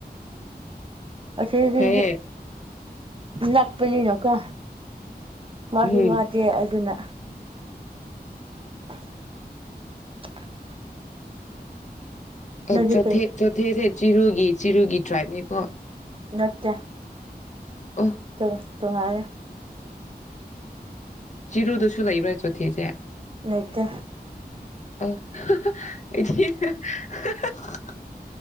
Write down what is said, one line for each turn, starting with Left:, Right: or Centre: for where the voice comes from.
Right: ꯑꯁꯤꯖꯤꯖꯨ
Left: ꯐꯩꯌꯦ
Right: ꯅꯛꯄꯅꯤꯅ ꯀꯣ ꯃꯥꯖꯨ
Left: ꯎꯝ
Right: ꯋꯥꯗꯦ ꯑꯗꯨꯅ <inaudible>
Left: ꯑꯦ
Right: ꯅꯪꯗꯤ
Left: ꯆꯣꯊꯦ
Right: ꯀꯩ
Left: ꯆꯣꯊꯦꯁꯦ ꯆꯤꯔꯨꯒꯤ ꯆꯤꯔꯨꯒꯤ ꯇ꯭ꯔꯥꯏꯕꯅꯤꯀꯣ
Right: ꯅꯠꯇꯦ
Left: ꯑꯣ
Right: <unintelligible> ꯇꯨꯉꯥꯏꯔꯦ
Left: ꯆꯤꯔꯨꯗꯁꯨ ꯂꯩꯕ꯭ꯔꯥ ꯆꯣꯊꯦꯖꯦ
Right: ꯂꯩꯇꯦ
Left: ꯑꯦ <unintelligible>